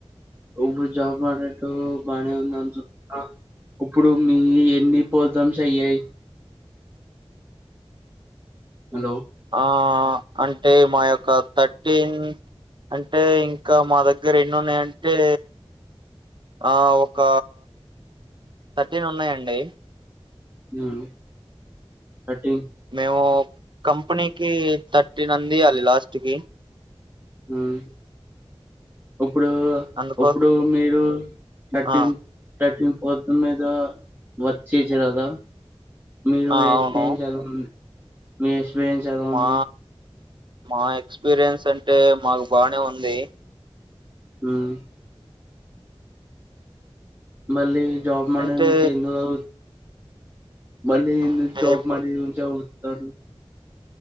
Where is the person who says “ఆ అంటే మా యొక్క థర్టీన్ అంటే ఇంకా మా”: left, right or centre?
Right